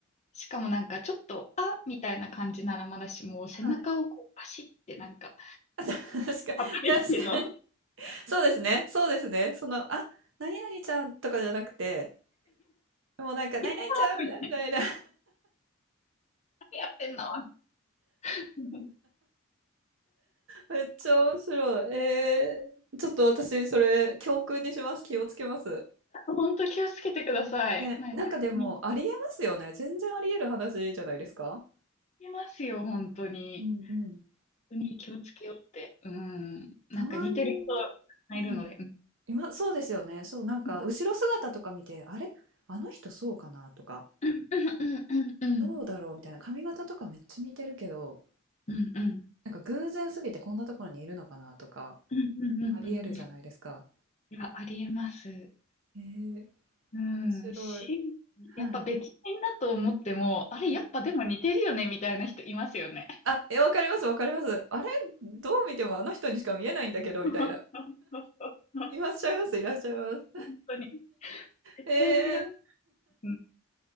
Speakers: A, on the left; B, on the right.
A: しかもなんかちょっと、あみたいな感じならまだしも、背中をこうパシってなんか、
B: はい。<laughs> 確かに、
A: 働いての。
B: 確かに。
A: <laughs> っ
B: そうですね。そうですね。その、あ、何々ちゃんとかじゃなくて、もうなんか、何々ちゃんみたいな、
A: てたいな何やってんの <laughs>
B: めっちゃ面白い。えー、ちょっと私、それ、教訓にします。気をつけます。
A: 本当気をつけてください。
B: ね、
A: なんか、
B: なんかでもありえますよね。
A: 見つ
B: 全然ありえる話じゃないですか。
A: けますよ、本当に。
B: うんうん。
A: 当に気をつけようって。うん。
B: たまにね、
A: なんか似てる人がいるので。
B: うん。
A: う
B: 今、そうですよね。そう、なんか後ろ姿とか見て、
A: ん
B: あれあの人そうかなとか、
A: うんうん
B: どうだろうみたいな、髪型とかめっちゃ似てるけど、
A: うんうん
B: なんか偶然すぎてこんなところにいるのかなとか、
A: うんうんうんうんうんうんい
B: ありえるじゃないですか。
A: や、ありえます。
B: えー、面
A: うん。
B: 白い。
A: し、
B: はい。
A: やっぱ別人だと思っても、あれ、
B: うん、
A: やっぱでも似てるよね、みたいな人いますよね。
B: あ、え、わかります、わかります。あれどう見てもあの人にしか見えないんだけど、
A: そう
B: みたいな。
A: そうそう
B: いらっしゃいます、いらっしゃいます。
A: 本当に。絶対違う。
B: えー
A: うん。